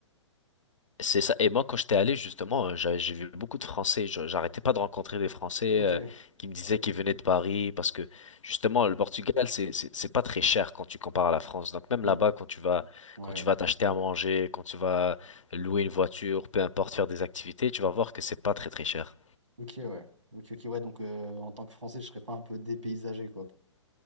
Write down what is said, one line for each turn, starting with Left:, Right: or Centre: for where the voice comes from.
Left: C'est ça. Et moi, quand j'étais allé, justement, euh, j'a- j'ai vu beaucoup de Français. Je- J'arrêtais pas de rencontrer des Français
Right: Ok,
Left: euh, qui me disaient qu'ils venaient de Paris parce que, justement, le Portugal, c'est c'est c'est pas très cher quand tu compares à la France. Donc même
Right: Hmm.
Left: là-bas, quand tu vas
Right: ouais,
Left: quand tu vas t'acheter à manger, quand tu vas louer une voiture, peu importe, faire des activités, tu vas voir que c'est pas très très cher.
Right: ok, ouais. Ok, ok, ouais, donc euh, en tant que Français, je serais pas un peu dépaysagé, quoi.